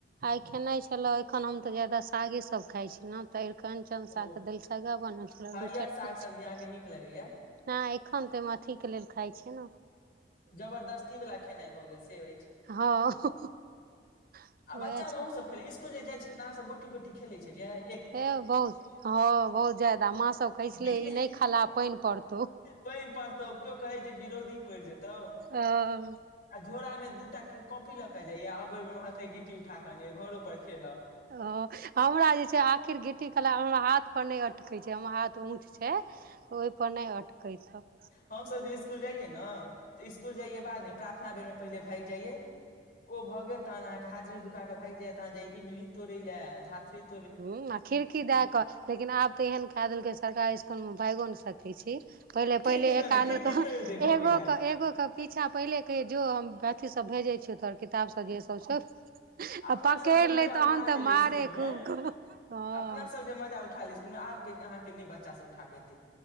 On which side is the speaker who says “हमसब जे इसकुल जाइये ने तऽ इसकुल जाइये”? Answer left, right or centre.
Left